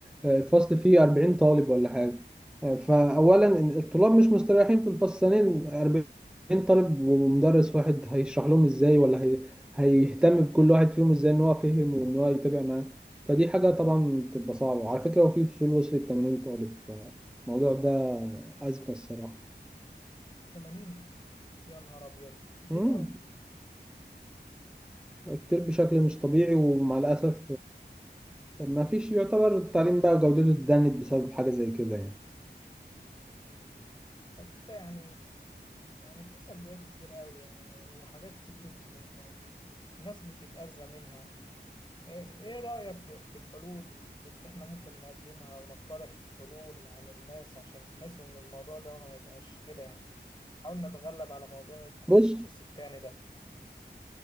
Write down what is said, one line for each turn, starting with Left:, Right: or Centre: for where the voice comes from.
Centre: الفصل فيه 40 طالب ولا حاجه آه، فاولا إن الطلاب مش مستريحين في الفصل ثانيا 40 طالب ومدرس واحد هيشرح لهم ازاي ولا هي... هيهتم بكل واحد فيهم ازاي ان هو فهم وان هو يتابع معاه فدي حاجه طبعا بتبقى صعبه وعلى فكره هو في فصول وصلت 80 طالب فالموضوع ده ازمه الصراحه
Left: 80 يا نهار أبيض كتير
Centre: مم.
Left: قوي
Centre: كتير بشكل مش طبيعي ومع الاسف ما فيش يعتبر التعليم بقى جودته اتدنت بسبب حاجة زي كده يعني
Left: مم. طب انت يعني يعني في سلبيات كتير قوي يعني وحاجات كتير يعني ناس بتتأذى منها ايه ايه رأيك في الحلول اللي احنا ممكن نقدمها ونقترح حلول على الناس عشان بحيث ان الموضوع ده ما يبقاش كده يعني حاول نتغلب على موضوع التكدس
Centre: بص
Left: السكاني ده